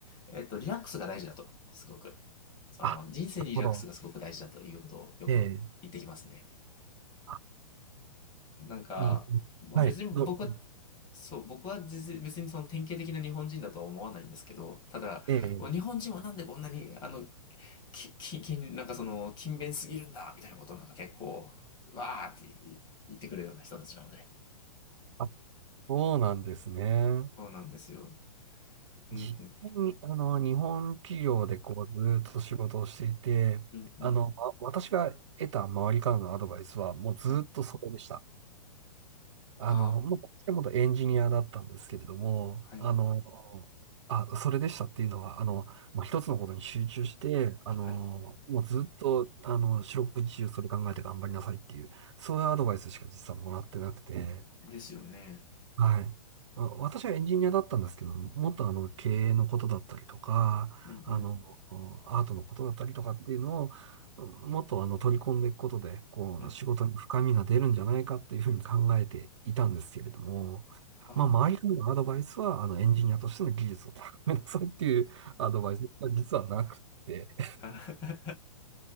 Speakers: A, on the left; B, on the right.
A: えっと、リラックスが大事だと、すごく。その、
B: あ、なる
A: 人生にリラックスがすごく大事だということをよく言ってきますね。
B: ほど。ええ。あ、
A: なんか、
B: に、にはい。
A: まあ、別に僕は、
B: ど、
A: そう、僕は実別にその典型的な日本人だとは思わないんですけど、ただ、
B: ええ。
A: もう日本人はなんでこんなに、あの、き、き、き、なんかその、勤勉すぎるんだ、みたいなことをなんか結構、わーって言ってくるような人たちなので。
B: あ、そうなんですね。
A: そうなんですよ。うん、
B: 実際に、
A: うん、
B: あの、日本企業でこう、ずーっと仕事をしていて、
A: うん。
B: あの、ま私が得た周りからのアドバイスは、もうずーっとそれでした。
A: はい。
B: あの、
A: あ
B: まあ、もともとエンジニアだったんですけれども、
A: あ、はい、
B: あの、あ、それでしたっていうのは、あの、まあ、一つのことに集中して、あの、
A: はい。
B: もうずっと、あの、四六時中それ考えて頑張りなさいっていう、そういうアドバイスしか実はもらってなくて、
A: ですよね。
B: はい。あ私はエンジニアだったんですけど、もっとあの経営のことだったりとか、
A: うん、うん、
B: あの、アートのことだったりとかっていうのを、もっとあの取り込んでいくことで、こう、
A: うん。
B: 仕事に深みが出るんじゃないかっていうふうに考えていたんですけれども、
A: ああ。
B: まあ、周りからのアドバイスは、あの、エンジニアとしての技術を高めなさいっていう <laughs> アドバイスが実はなくて、
A: <laughs>